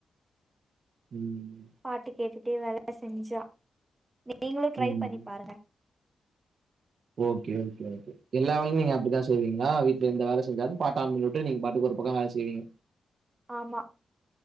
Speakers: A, on the right (about 65°); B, on the right (about 20°).
A: ம்
B: பாட்டு கேட்டு டு‌ வேல செஞ்சொ நீங்களு ட்ரை
A: ம்
B: பண்ணி பாருங்க
A: ஓகே ஓகே ஓகே எல்லா வேலையு ‌நீங்க அப்டிதா செய்வீங்ளா வீட்ல எந்த வேல செஞ்சாலு பாட்ட ஆன் பண்ணி உட்டு நீங்க பாட்டுக்கு ஒரு பக்கொ வேல செய்வீங்க
B: ஆமா